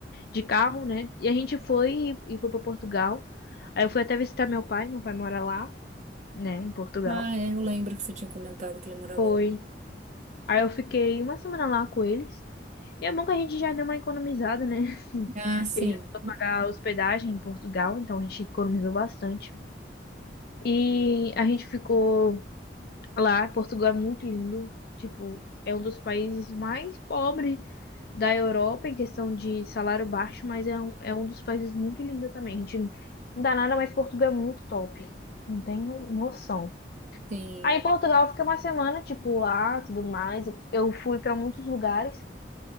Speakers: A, on the left; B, on the right.
A: de carro, né? E a gente foi e foi para Portugal. Aí eu fui até visitar meu pai, meu pai mora lá, né, em Portugal.
B: Ah, é, eu lembro que você tinha comentado que ele morava
A: Foi.
B: lá.
A: Aí eu fiquei uma semana lá com eles. E é bom que a gente já deu uma economizada, né? <laughs> Porque
B: Ah, sim,
A: a gente não precisou pagar hospedagem em Portugal, então a gente economizou bastante. E a gente ficou Lá, Portugal é muito lindo. Tipo, é um dos países mais pobres da Europa em questão de salário baixo, mas é um, é um dos países muito lindo também. A gente não dá nada, mas Portugal é muito top. Não tem no- noção.
B: sim.
A: Aí em Portugal fica uma semana, tipo, lá, tudo mais. Eu fui para muitos lugares,